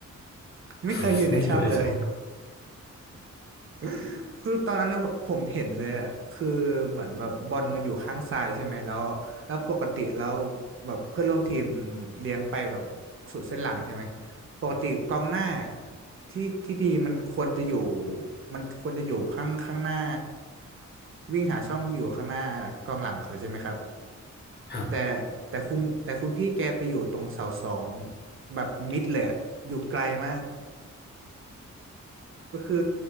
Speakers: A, on the right; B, on the left.
A: <laughs> ไม่เคยอยู่ในช่องเลย
B: <laughs> ไม่อยู่ในช่อง
A: <laughs> คือตอนนั้นน่ะผมเห็นเลยอ่ะคือเหมือนแบบบอลมาอยู่ข้างซ้ายใช่ไหมแล้วแล้วปกติแล้วแบบเพื่อนร่วมทีมเลี้ยงไปแบบสุดเส้นหลังใช่ไหม ปกติกองหน้าที่ที่ดีมันควรจะอยู่มันควรจะอยู่ข้างข้างหน้าวิ่งหาช่องอยู่ข้างหน้ากองหลังเขาใช่ไหมครับ
B: ครับ
A: แต่แต่คุณแต่คุณพี่แกไปอยู่ตรงเสาสองแบบมิดเลยอะอยู่ไกลมากก็คือ